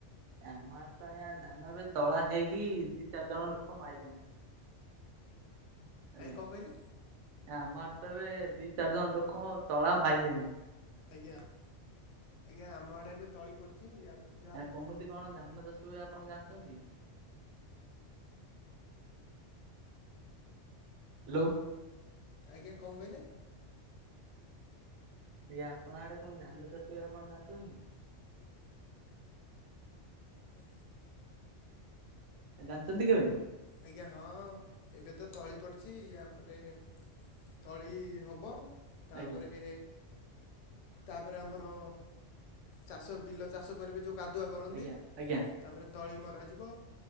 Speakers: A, on the right; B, on the left.
A: ଏ ଆମ ଆଡେ ତ ଆଜ୍ଞା ଧାନ ଏବେ ତଳା ହେଇକି ଦି ଚାରି ଜଣ ଲୋକ ମାଇଲେଣି। ଆଜ୍ଞା
B: କଣ କହିଲେ
A: ଏ ଆମର ତ ଏବେ ଦି ଚାରି ଜଣ ଲୋକ ତଳା ମାଇଲେଣି।
B: ଆଜ୍ଞା ଆଜ୍ଞା ଆମ ଆଡେ ଏବେ ତଳି ପଡିଛି ୟା ପରେ ଚେ
A: ଆ କମିତି କଣ ଧାନ ଚାଷ ହୁଏ ଆପଣ ଜାଣିଚନ୍ତି? ହାଲୋ।
B: ଆଜ୍ଞା କଁ କହିଲେ?
A: ଆଜ୍ଞା ଆପଣ ଆଡେ କଁ ଧାନ ଚାଷ ହୁଏ ଆପଣ ଜାଣିଚନ୍ତି?
B: ଜତି ଧା
A: ଜାନଚନ୍ତି କେବେ?
B: ଆଜ୍ଞା ହଁ ଏବେ ତ ତଳି ପଡିଚି ୟା ପରେ ତଳି ହବ ତାପରେ
A: ଆଜ୍ଞା
B: ତାପରେ ଆମର ଚାଷ ବିଲ ଚାଷ କରିବେ ଯଉଁ କାଦୁଆ କର କରନ୍ତି
A: ଆଜ୍ଞା ଆଜ୍ଞା
B: ତାପରେ ତଳି ମରା ଯିବ